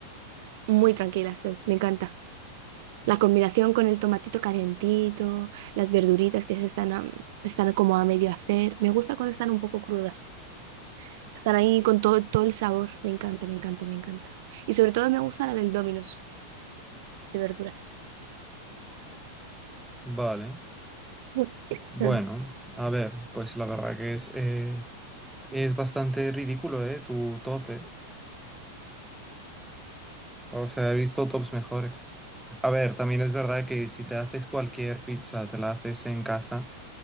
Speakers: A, on the right (about 50°); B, in the centre.
A: muy tranquila estoy, me encanta. La combinación con el tomatito calentito, las verduritas que se están, a- están como a medio hacer, me gusta cuando están un poco crudas. Están ahí con todo, todo el sabor. Me encanta, me encanta, me encanta. Y sobre todo me gusta la del Domino's de verduras.
B: Vale.
A: <laughs>
B: Bueno, a ver, pues la verdad que es, eh, es bastante ridículo, ¿eh? Tu tope. O sea, he visto tops mejores. A ver, también es verdad que si te haces cualquier pizza, te la haces en casa,